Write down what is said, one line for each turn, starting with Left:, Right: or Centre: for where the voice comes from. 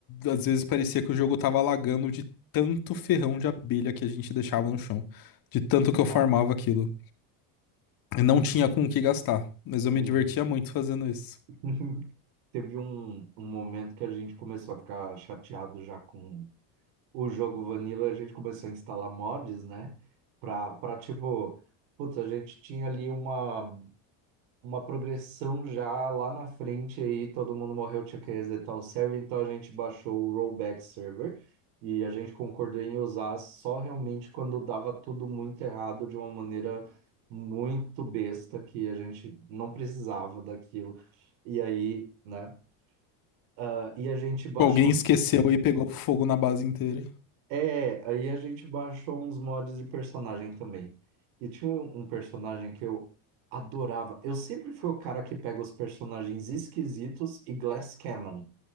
Left: às vezes parecia que o jogo tava lagando de tanto ferrão de abelha que a gente deixava no chão. De tanto
Right: Uhum.
Left: que eu farmava aquilo. Eu não tinha com o que gastar, mas eu
Right: Uhum.
Left: me divertia muito fazendo isso.
Right: <laughs> Teve um, um momento que a gente começou a ficar chateado já com o jogo Vanilla, e a gente começou a instalar mods, né? Pra, pra tipo, putz, a gente tinha ali uma, uma progressão já lá na frente aí, todo mundo morreu, tinha que resetar o server, então a gente baixou o rollback server e a gente concordou em usar só realmente quando dava tudo muito errado de uma maneira muito besta que a gente não precisava daquilo. E aí, né? Ah, e a gente baixou.
Left: Alguém esqueceu e pegou fogo na base inteira.
Right: É, aí a gente baixou uns mods de personagem também. E tinha um um personagem que eu adorava. Eu sempre fui o cara que pega os personagens esquisitos e Glass Cannon.